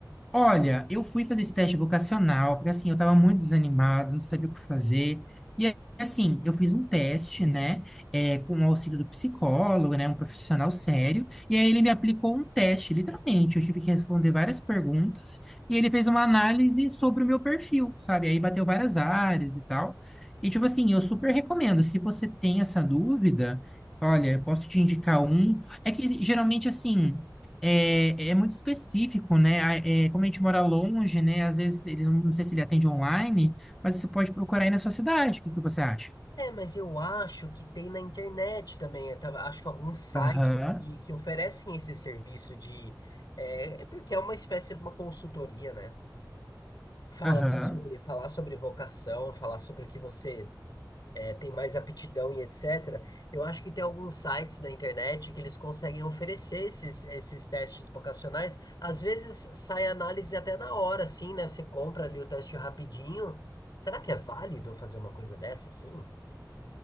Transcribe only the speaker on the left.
É, mas eu acho que tem na internet também. eu tava- acho que alguns sites
que, que oferecem esse serviço de. É, é porque é uma espécie de uma consultoria, né? Falar
sobre, falar sobre vocação, falar sobre o que você tem mais aptidão e etc. Eu acho que tem alguns sites na internet que eles conseguem oferecer esses, esses testes vocacionais. Às vezes sai análise até na hora, assim, né? Você compra ali o teste rapidinho. Será que é válido fazer uma coisa dessa, assim?